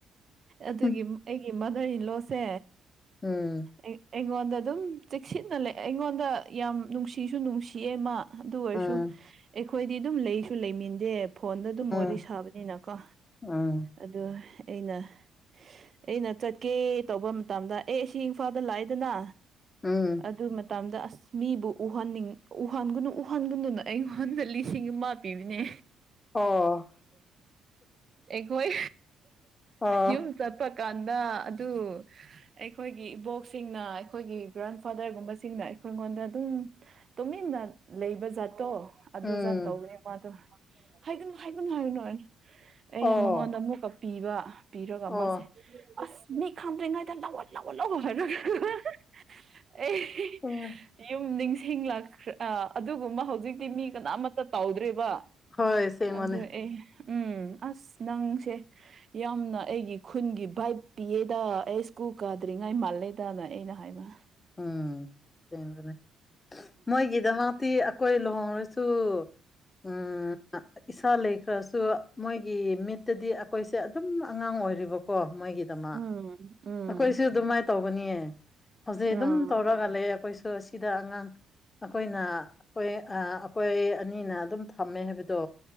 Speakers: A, on the right (about 50°); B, on the left (about 30°).
A: ꯑꯗꯨꯒꯤ
B: ꯎꯝ
A: ꯏ ꯃꯥꯗꯔ ꯏꯟꯂꯣꯁꯦ
B: ꯎꯝ
A: ꯑꯩ ꯑꯩꯉꯣꯟꯗ ꯑꯗꯨꯝ ꯆꯦꯛꯁꯤꯟꯅ ꯂꯩ ꯑꯩꯉꯣꯟꯗ ꯌꯥꯝ ꯅꯨꯡꯁꯤꯁꯨ ꯅꯨꯡꯁꯤꯌꯦ ꯃꯥ ꯑꯗꯨ ꯑꯣꯏꯔꯁꯨ
B: ꯎꯝ
A: ꯑꯩꯈꯣꯏꯗꯤ ꯑꯗꯨꯝ ꯂꯩꯁꯨ ꯂꯩꯃꯤꯟꯗꯦ ꯐꯣꯟꯗ ꯑꯗꯨꯝ
B: ꯎꯝ
A: ꯋꯥꯔꯤ ꯁꯥꯕꯅꯤꯅꯀꯣ
B: ꯎꯝ
A: ꯑꯗꯨ ꯑꯩꯅ ꯑꯩꯅ ꯆꯠꯀꯦ ꯇꯧꯕ ꯃꯇꯝꯗ ꯑꯩ ꯑꯁꯤ ꯏꯝꯐꯥꯜꯗ ꯂꯥꯛꯏꯗꯅ
B: ꯎꯝ
A: ꯑꯗꯨ ꯃꯇꯝꯗ ꯑꯁ ꯃꯤꯕꯨ ꯎꯍꯟꯅꯤꯡ ꯎꯍꯟꯒꯅꯨ ꯎꯍꯟꯒꯅꯨꯅ ꯑꯩꯉꯣꯟꯗ ꯂꯤꯁꯤꯡ ꯑꯃ ꯄꯤꯕꯅꯦ
B: ꯑꯣ
A: ꯑꯩꯈꯣꯏ
B: ꯑꯣ
A: ꯌꯨꯝ ꯆꯠꯄ ꯀꯥꯟꯗ ꯑꯗꯨ ꯑꯩꯈꯣꯏꯒꯤ ꯏꯕꯣꯛꯁꯤꯡꯅ ꯑꯩꯈꯣꯏꯒꯤ ꯒ꯭ꯔꯥꯟ ꯐꯥꯗꯔꯒꯨꯝꯕꯁꯤꯡꯅ ꯑꯩꯈꯣꯏꯉꯣꯟꯗ ꯑꯗꯨꯝ ꯇꯨꯃꯤꯟꯅ ꯂꯩꯕ ꯖꯥꯠꯇꯣ ꯑꯗꯨ
B: ꯎꯝ
A: ꯖꯥꯠ ꯇꯧꯕꯅꯦ ꯃꯥꯗꯨ ꯍꯥꯏꯒꯅꯨ ꯍꯥꯏꯒꯅꯨ ꯍꯥꯏꯒꯅꯨ ꯑꯅ ꯑꯩꯅ
B: ꯑꯣ
A: ꯃꯉꯣꯟꯗ ꯑꯃꯨꯛꯀ ꯄꯤꯕ ꯄꯤꯔꯒ
B: ꯑꯣ
A: ꯃꯥꯁꯦ ꯑꯁ ꯃꯤ ꯈꯥꯗ꯭ꯔꯤꯉꯩꯗ ꯂꯧꯌꯠ <unintelligible>
B: ꯎꯝ
A: ꯌꯨꯝ ꯅꯤꯡꯁꯤꯡꯂꯛꯈ꯭ꯔ ꯑ ꯑꯗꯨꯒꯨꯝꯕ ꯍꯧꯖꯤꯛꯇꯤ ꯃꯤ ꯀꯅꯥꯃꯠꯇ ꯇꯧꯗ꯭ꯔꯦꯕ
B: ꯍꯣꯏ ꯑꯁꯦꯡꯕꯅꯦ
A: ꯑꯗꯨ ꯑꯦ ꯎꯝ ꯑꯁ ꯅꯪꯁꯦ ꯌꯥꯝꯅ ꯑꯩꯒꯤ ꯈꯨꯟꯒꯤ ꯚꯥꯏꯞ ꯄꯤꯌꯦꯗ ꯑꯩ ꯁ꯭ꯀꯨꯜ ꯀꯥꯗ꯭ꯔꯤꯉꯥꯏ ꯃꯥꯜꯂꯦꯗꯅ ꯑꯩꯅ ꯍꯥꯏꯕ
B: <unintelligible> ꯃꯣꯏꯒꯤꯗꯃꯛꯇꯤ ꯑꯈꯣꯏ ꯂꯨꯍꯣꯡꯉꯁꯨ ꯎꯝ ꯑ ꯏꯁꯥ ꯂꯩ ꯈꯔꯁꯨ ꯃꯣꯏꯒꯤ ꯃꯤꯠꯇꯗꯤ ꯑꯈꯣꯏꯁꯦ ꯑꯗꯨꯝ ꯑꯉꯥꯡ ꯑꯣꯏꯔꯤꯕꯀꯣ ꯃꯣꯏꯒꯤ ꯗꯃꯛ
A: ꯎꯝ ꯎꯝ
B: ꯑꯈꯣꯏꯁꯨ ꯑꯗꯨꯃꯥꯏꯟ ꯇꯧꯒꯅꯤꯌꯦ ꯍꯧꯖꯤꯛ
A: ꯑꯥ
B: ꯑꯗꯨꯝ ꯇꯧꯔꯒ ꯂꯩꯌꯦ ꯑꯈꯣꯏꯁꯨ ꯑꯁꯤꯗ ꯑꯉꯥꯡ ꯑꯈꯣꯏꯅ ꯑꯈꯣꯏ ꯑ ꯑꯈꯣꯏ ꯑꯅꯤꯅ ꯑꯗꯨꯝ ꯊꯝꯃꯦ ꯍꯥꯏꯕꯗꯣ